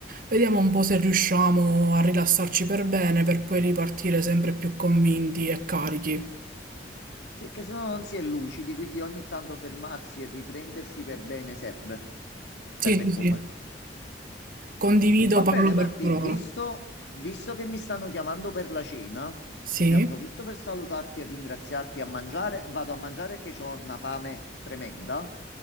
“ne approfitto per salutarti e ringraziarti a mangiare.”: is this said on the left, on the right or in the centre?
Left